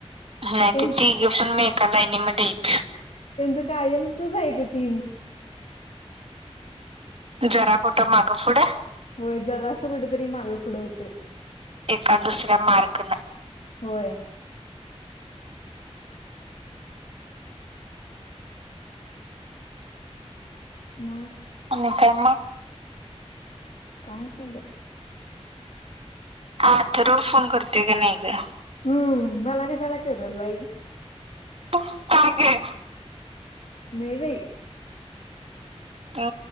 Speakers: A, on the right; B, on the left.
A: हा
B: ते
A: त्या तिघी पण म ए एकालाईनीमध्ये हात.
B: त्यांचं कायमचच आहे ते तीन.
A: जरा कुठं मागं पुढं.
B: होय जरासं कुट तरी मागे पुुढं होतय.
A: एका दुसऱ्या मार्कला
B: होय. मग.
A: म काय म.
B: काय नाय बई.
A: अथर्व फोन करतोय का नाही ग.
B: हम्म मला कशाला कल बाई
A: ह
B: मेवे
A: ह